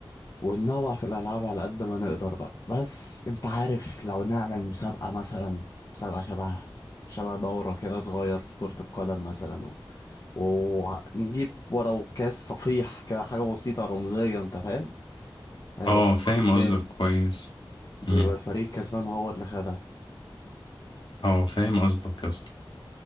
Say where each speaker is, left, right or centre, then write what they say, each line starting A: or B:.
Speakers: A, on the left; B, on the left.
A: وننوع في الألعاب على قد ما نقدر بقى بس أنت عارف لو نعمل مسابقة مثلا مسابقة شبه شبه دورة كده صغير في كرة القدم مثلا و... ونجيب ولو كاس صفيح كده حاجة بسيطة رمزية أنت فاهم هيبقى
B: اه
A: حوار
B: فاهم
A: جامد
B: قصدك كويس مم.
A: ويبقى الفريق الكسبان هو اللي خدها
B: اه فاهم قصدك يا اسطى